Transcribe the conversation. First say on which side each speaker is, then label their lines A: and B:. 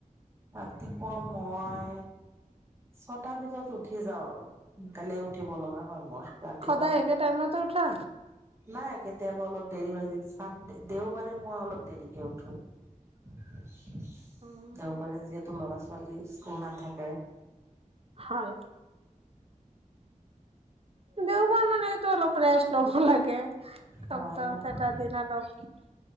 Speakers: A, on the right; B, on the right.
A: ৰাতিপুৱা মই। ছটা ভিতৰত উঠি যাও আৰু সোনকালে উঠিব লগা হয় মোৰ। ৰাতিপুৱা।
B: সদায় একে
A: <unintelligible>
B: টাইমতে উঠা?
A: নাই কেতিয়াবা অলপ দেৰি হৈ যায় চান দেওবাৰে মই অলপ দেৰিকে উঠো। <unintelligible>
B: উম,
A: দেওবাৰে যিহেতু ল'ৰা-ছোৱালী স্কুল নাথাকে।
B: হয়। দেওবাৰ মানেটো অলপ ৰেষ্ট ল'ব লাগে সপ্তাহত
A: হয়
B: এটা দিন অলপ।